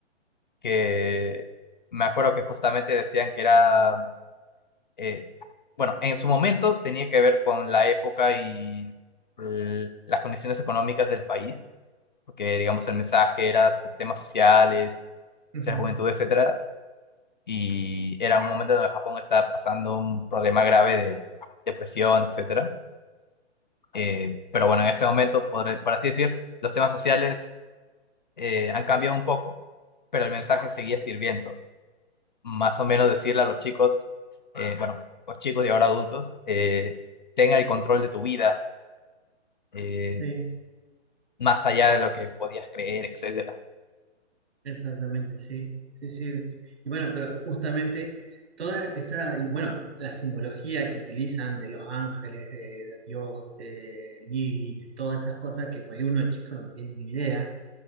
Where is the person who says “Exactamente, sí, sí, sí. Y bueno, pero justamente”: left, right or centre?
Right